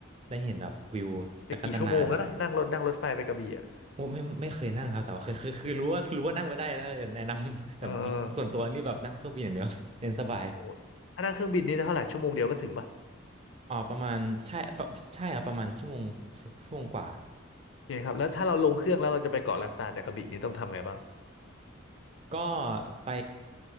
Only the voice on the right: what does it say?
ได้เห็นแบบวิวแต่ก็จะนานอ่ะ
โอ้ไม่ไม่เคยนั่งครับแต่ว่าคือคือคือรู้ว่ารู้ว่านั่งไปได้นะแนะนำ <laughs> แต่
ส่วนตัวนี่แบบนั่งเครื่องบินอย่างเดียว <laughs> เรียนสบาย
อ๋อประมาณใช่ปะใช่ครับประมาณชั่วโมงชั่วโมงกว่า
ก็ไป